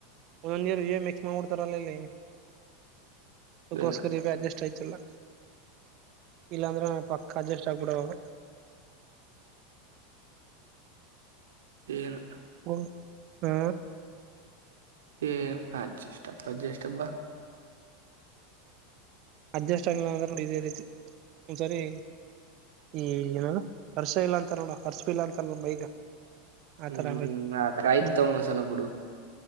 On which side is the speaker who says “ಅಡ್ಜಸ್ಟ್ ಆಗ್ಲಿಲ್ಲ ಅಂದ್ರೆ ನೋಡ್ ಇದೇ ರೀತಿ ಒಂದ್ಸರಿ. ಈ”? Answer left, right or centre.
Right